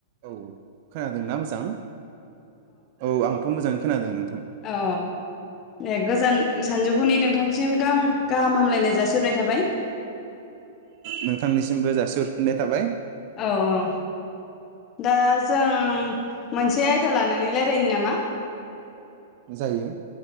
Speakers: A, on the right; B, on the left.
A: औ खोनादोंना मोजां औ आंथ मोजां खोनादों नों
B: अ देग गोजोन सानजौफुनि नोंथांसिम गाहाम गाहाम हामलायनाय जासिहरनाय थाबाय
A: नोंथांनिसिमबो जासिहरफिननाय थाबाय
B: औ औ दा जों मोनसे आयदा लानानै लायरायनो नामा?
A: जायो